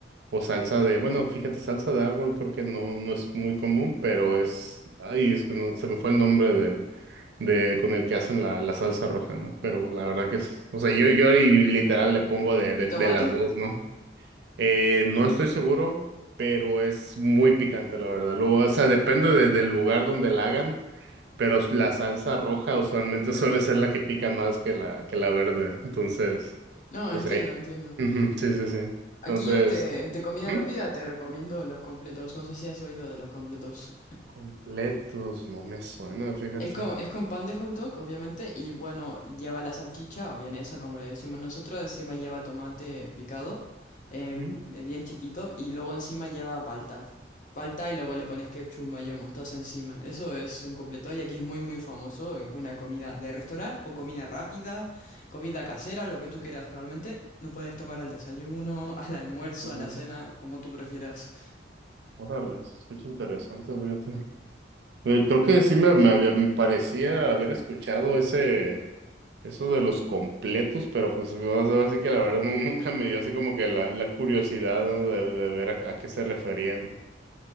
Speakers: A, on the right; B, on the left.
A: o salsa de, bueno, fíjate, salsa de árbol creo que no, no es muy común, pero es, ay, es que no, se me fue el nombre del, de, con el que hacen la, la salsa roja, ¿no? Pero la verdad que es, o sea, yo, yo y literal le pongo de,
B: ¿Y
A: de,
B: tomate?
A: de las dos, ¿no? Eh, no estoy seguro, pero es muy picante, la verdad. Luego, o sea, depende de- del lugar donde la hagan, pero la salsa roja usualmente <laughs> suele ser la que pica más que la, que la verde. Entonces,
B: No,
A: o
B: entiendo,
A: sea, ahí-
B: entiendo.
A: ujú, sí, sí, sí. Entonces,
B: Aquí yo te, de comida
A: ujú.
B: rápida te recomiendo los completos. No sé si has oído de los completos.
A: Completos, no me suena, fíjate.
B: Es con, es con pan de hot dog, obviamente, y bueno, lleva la salchicha o vienesa, como le decimos nosotros. Encima lleva tomate picado, em,
A: Mm,
B: bien chiquito, y luego encima lleva palta. Palta y luego le pones ketchup, mayo, mostaza encima. Eso es un completo y aquí es muy, muy famoso. Es una comida de restaurante o comida rápida, comida casera, lo que tú quieras realmente. Lo puedes tomar al desayuno, <laughs> al almuerzo,
A: mm,
B: a la cena, como tú prefieras.
A: Órale, se escucha interesante, fíjate. Eh, creo que sí me, me había- me parecía haber escuchado ese, eso de los completos, pero pues o sea, así que la verdad nu- nunca me dio así como que la, la curiosidad, ¿no? de, de ver a, a qué se referían.